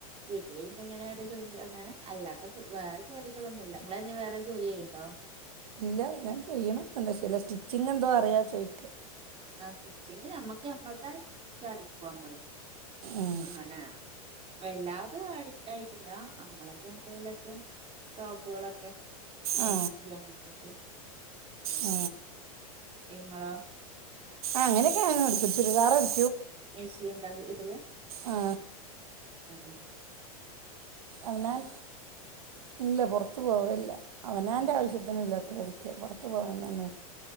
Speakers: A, on the right (about 30°); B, on the right (about 75°).
A: <unintelligible> <unintelligible> ഇങ്ങനെ ജോലി അങ്ങനെ അല്ലാതപ്പോ വേറെ ജോലി <unintelligible> ഇല്ല വേറെ ജോലി ചെയ്യടോ
B: ഇല്ല ഞാൻ ചെയ്യണം എല്ല <unintelligible> സ്റ്റിച്ചിങ് എന്തോ അറിയാ ചോയ്ക്ക്
A: ആ സ്റ്റിച്ചിങ് നമ്മക്ക് നമ്മളെതായിട്ട് അടിക്കും നമ്മള്
B: ഉം.
A: അങ്ങനെയാ വല്ലാതും അടിക്കായിട്ടില്ല നമ്മളൊക്കെ എന്തെലൊക്കെ ടോപ്പുകളൊക്കെ മേക്സി
B: ആ
A: അങ്ങനെത്തേക്കേ
B: ആ
A: എങ്ങളാ
B: അങ്ങനൊക്കെനു ടിക്കു ചുരിദാർ എടി
A: മേസി എന്താ വൂട്ടില്
B: ആ
A: ആ ആ
B: അവനാൻ ഇല്ല പുറത്തുപോവല്ല അവനോന്റെ
A: ഉം
B: ആവശ്യത്തിന് ഇല്ലാ പുറത്ത് പോവാൻ അങ്ങു